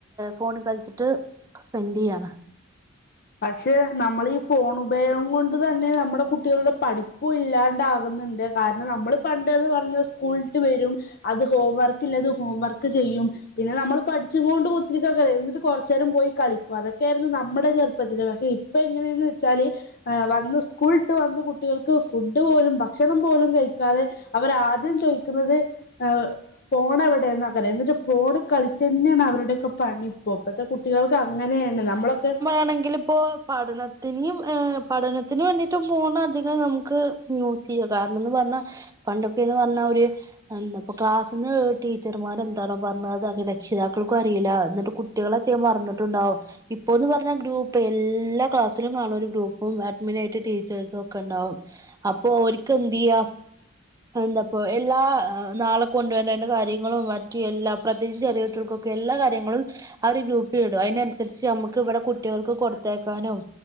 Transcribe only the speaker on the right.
ഫോണിൽ കളിച്ചിട്ട് സ്പെൻഡ് ചെയ്യാണ്
ആണെങ്കിലും. ഇപ്പോ പഠനത്തിനെയും പഠനത്തിന് വേണ്ടിട്ട് ഫോണ് അധികം നമുക്ക് യൂസ് ചെയ്യാം കാരണം എന്ന് പറഞ്ഞാ പണ്ടൊക്കെയെന്ന് പറഞ്ഞാ ഒര് എന്താ ഇപ്പ ക്ലാസീന്ന് ടീച്ചർമാര് എന്താണോ പറഞ്ഞത് അത് രക്ഷിതാക്കൾക്കും അറിയില എന്നിട്ട് കു കുട്ടികൾ അത് ചെയ്യാൻ മറന്നിട്ടുണ്ടാവും ഇപ്പോന്ന് പറഞ്ഞാ ഗ്രൂപ്പ് എല്ലാ ക്ലാസ്സിലും കാണും ഒരു ഗ്രൂപ്പും അഡ്മിനായിട്ട് ടീച്ചേഴ്സും ഒക്കെ ഉണ്ടാവും അപ്പൊ ഓല്ക്ക് എന്ത് ചെയ്യാം അത് എന്താ ഇപ്പോ എല്ലാ നാളെ കൊണ്ട്‌ വരണ്ടേണ്ട കാര്യങ്ങളും മറ്റ് എല്ലാ പ്രത്യേകിച്ച് ചെറിയ കുട്ട്യോൾക്കൊക്കെ എല്ലാ കാര്യങ്ങളും അവര് ഗ്രൂപ്പിൽ ഇടും അതിന് അനുസരിച്ച് നമ്മുക്ക് ഇവിടെ കുട്ടിയോൾക്ക് കൊടുത്തയക്കാനും